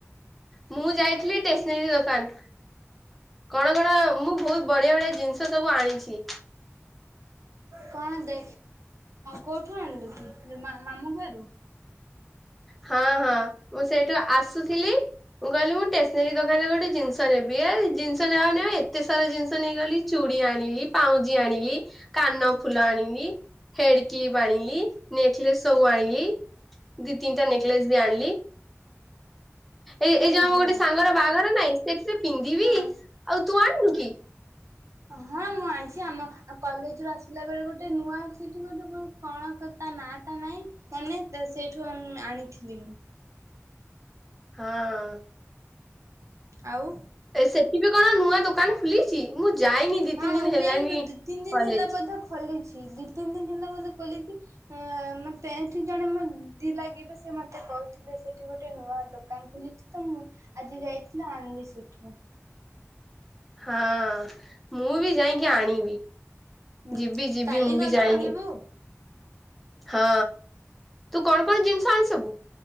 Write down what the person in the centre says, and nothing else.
ମୁଁ ଯାଇଥିଲି ଟେସନାରୀ ଦୋକାନ। କଣ କଣ ମୁଁ ବହୁତ ବଢିଆ ବଢିଆ ଜିନିଷ ସବୁ ଆଣିଛି।
ହଁ ହଁ ମୁଁ ସେଇଠୁ ଆସୁଥିଲି ମୁଁ କହିଲି ମୁଁ ଟେସନାରୀ ଦୋକାନରେ ଗୋଟେ ଜିନିଷ ନେବି ଏ ଜିନିଷ ନେବାକୁ ନେ ଏତେ ସାରା ଜିନିଷ ନେଇଗଲି। ଚୁଡି ଆଣିଲି ପାଉଁଜି ଆଣିଲି କାନ ଫୁଲ ଆଣିଲି। ହେଡ୍ କ୍ଲିପ୍ ଆଣିଲି ନେକ୍ଲେସ୍ ସବୁ ଆଣିଲି। ଦି ତିନିଟା ନେକ୍ଲେସ୍ ବି ଆଣିଲି ଏ ଏ
ଯୋଉ ଆମ ଗୋଟେ ସାଙ୍ଗର ବାହାଘର ନାଇଁ ସେଥିରେ ପିନ୍ଧିବି
ଆଉ ତୁ ଆଣିନୁ କି?
ହଁ।
ସେଠି ବି କଣ ନୂଆ ଦୋକାନ ଖୁଲିଛି ମୁଁ ଯାଇନି ଦି
ତିନି
ଦିନ୍
ହେଲାଣି
କଲେଜ୍।
ହଁ ମୁଁ ବି ଯାଉଁକି ଆଣିବି।
ଯିବି ଯିବି
ମୁଁ
ବି ଯାଇନି।
ହଁ ତୁ କଣ କଣ ଜିନିଷ ଆଣି ସବୁ?